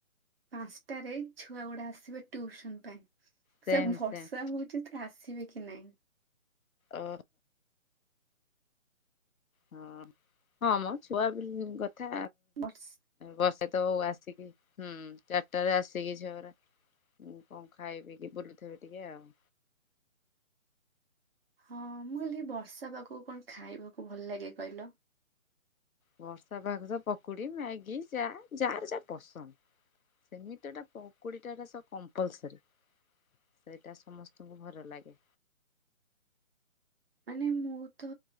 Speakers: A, on the right (about 45°); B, on the left (about 85°).
A: ପାଞ୍ଚଟାରେ ଛୁଆ ଗୁଡା ଆସିବେ ଟ୍ୟୁସନ ପାଇଁ।
B: ସେମ୍
A: ସବୁ ବର୍ଷା
B: ସେମ୍।
A: ହଉଛି ସେ ଆସିବେ କି ନାଇଁ।
B: ଓ। ହଁ ହଁ ମୋ ଛୁଆ କଥା।
A: ବର୍ଷ
B: ବର୍ଷା ତ ହଉ ଆସିକି ହୁଁ ଚାରିଟାରେ ଆସିକି ଝିଅମାନେ। ହଁ କଣ ଖାଇପିଇକିି ବୁଲୁଥିବେ ଟିକେ ଆଉ।
A: ହଁ ମୁଁ କହିଲି ବର୍ଷା ପାଗକୁ କଣ ଖାଇବାକୁ ଭଲ ଲାଗେ କହିଲ?
B: ବର୍ଷା ପାାଗ ତ ପକୁଡ଼ି ମ୍ୟାଗି ଯା ଯାହାର ପସନ୍ଦ। ସେମିତି ଟା ପକୁଡିଟା ସ କମ୍ପଲସରୀ। ସେଇଟା ସମସ୍ତଙ୍କୁ ଭଲ ଲାଗେ।
A: ମାନେ ମୁଁ ତ